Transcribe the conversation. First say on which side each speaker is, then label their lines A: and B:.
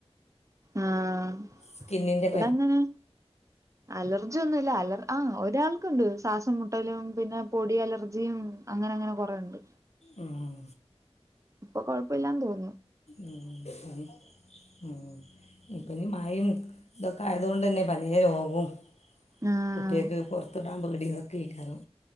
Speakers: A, on the right; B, on the left.
A: ആഹ്
B: സ്കിന്നിൻ്റെ
A: ഇവിടെങ്ങനെ അലർ ർജൊന്നുല്ല. അ ഒരാൾക്കുണ്ട് സാസം മു മുട്ടലും പിന്നെ പൊടി അലർജിയും അങ്ങനെ അങ്ങനെ കൊറേണ്ട്.
B: ഉം
A: ഇപ്പൊ കൊഴപ്പ ഇല്ലാന്ന് തോന്ന്
B: ഉം ഉം. ഇപ്പ ഇഞ്ഞ് മയിം ഇതൊക്കെ ആയതോണ്ടെന്നെ പലേ രോഗും
A: ആഹ്
B: കുട്ട്യേക്ക് പൊറ്ത്ത്ടാം പേടി ഇതൊക്കേക്കാരം.